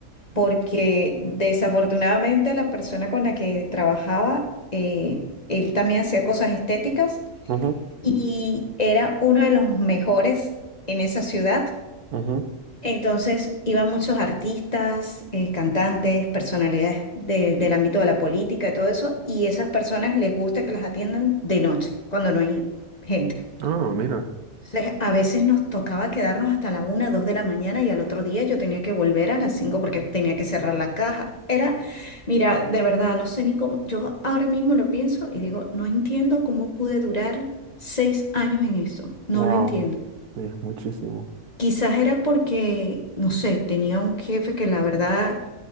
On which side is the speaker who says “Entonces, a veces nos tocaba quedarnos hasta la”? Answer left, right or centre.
Left